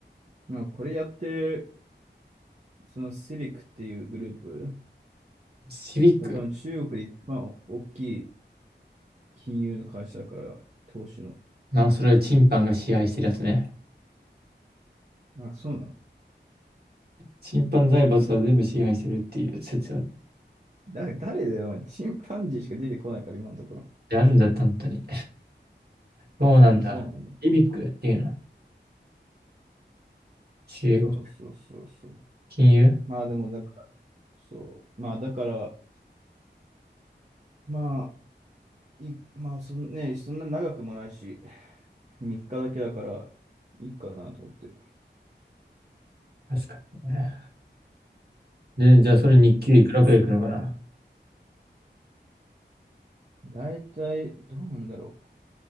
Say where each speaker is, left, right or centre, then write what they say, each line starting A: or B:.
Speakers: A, on the right; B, on the right.
A: う。なんかこれやってる、そのセリクっていうグループ、
B: シビック。
A: 多分中国で一番大きい金融の会社だから、投資の。
B: まあ、それはチンパンが支配してるやつね。
A: あ、そうなの。
B: チンパン財閥は全部支配してるっていう説ある。
A: だ、誰だよ、お前 <laughs> チンパンジーしか出てこないから、今のところ。
B: であるんだっ本当に。そうなんだ。
A: うん、そうなんだ。
B: イビックっていうのは中国。
A: そうそうそうそう。
B: 金融
A: まあでも、だから、そう。まあだから、まあ、い、まあそんね、そんな長くもないし、3日だけだから、いいかなと思ってる。
B: 確かにね。で、じゃあそれ日給いくらくらいいくのかな
A: そうそうそう。大体、どうなんだろ